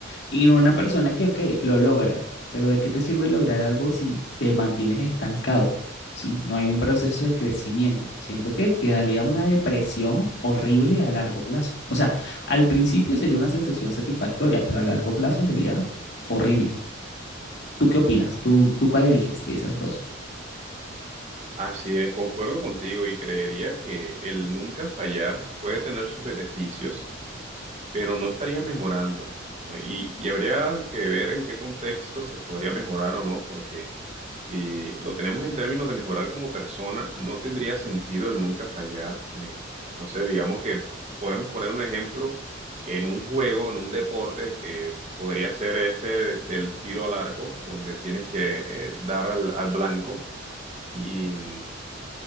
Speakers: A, on the left (about 60°); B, on the right (about 35°).
A: y no una persona que, ok, lo logra, pero ¿de qué te sirve lograr algo si te mantienes estancado? ¿Sí? No hay un proceso de crecimiento. Siento que quedaría una depresión horrible a largo plazo. O sea, al principio sería una sensación satisfactoria, pero a largo plazo sería horrible. ¿Tú qué opinas? ¿Tú, tú cuál eliges de esas dos?
B: Así es, concuerdo contigo y creería que el nunca fallar puede tener sus beneficios pero no estaría mejorando, ¿no? Y, y habría que ver en qué contexto se podría mejorar o no, porque si lo tenemos en términos de mejorar como persona, no tendría sentido el nunca fallar. en el- no sé, digamos que podemos poner un ejemplo en un juego, en un deporte que podría ser este del tiro al arco, donde tienes que eh, dar al al blanco. Y, mm,